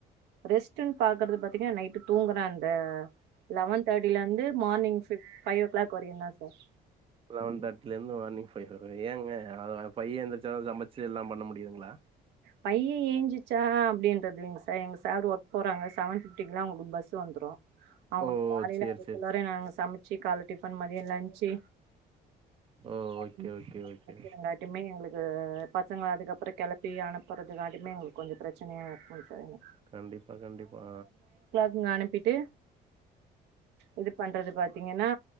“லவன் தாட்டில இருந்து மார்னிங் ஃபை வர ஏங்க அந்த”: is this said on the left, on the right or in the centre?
Right